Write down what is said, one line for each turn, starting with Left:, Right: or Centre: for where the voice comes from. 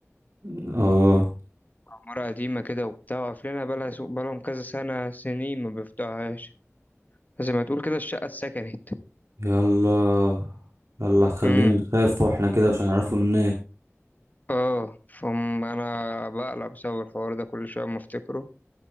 Right: اه
Left: عمارة قديمة كده وبتاع وقافلينها بقالها سو- بقالهم كذا سنة سنين ما بيفتحوهاش فزي ما تقول كده الشقة اتسكنت
Right: يلا يلا هتخلينا
Left: امم
Right: نخاف واحنا كده مش هنعرفوا ننام
Left: اه فم انا بقلق بسبب الحوار ده كل شويه اما افتكره